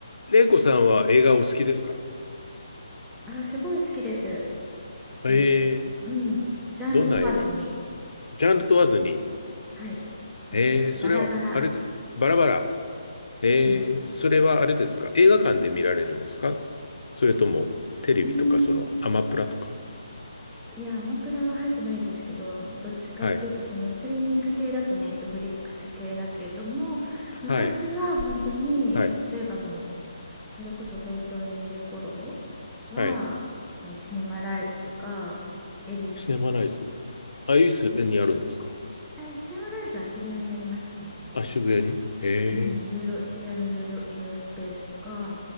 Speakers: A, on the left; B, in the centre.
A: レイコさんは映画お好きですか
B: あ、すごい好きです。
A: えー、
B: もう、うん、ジャンル問わずに、
A: どんな映画ジャンル問わずに。
B: はい、もうバラバラ。
A: えー、それは、あれで、バラバラ。えー、
B: うん。
A: それはあれですか映画館で見られるんですかそれとも、テレビとか、
B: うーん、
A: その、アマプラとか。
B: いや、アマプラは入ってないですけど、どっちかっていうと、
A: はい。
B: そのストリーミング系だとネットフリックス系だけども、昔は本当に、
A: はい。はい。
B: 例えばもう、それこそ東京にいる頃は、
A: はい。
B: シネマライズとか、恵比寿の、
A: シネマライズ。
B: うん
A: あ、恵比寿にあるんですか
B: シネマえ、シネマライズは渋谷にありましたね。
A: あ、渋谷にえ
B: うん、
A: え
B: ユーロ渋谷のユーロユーロスペースとか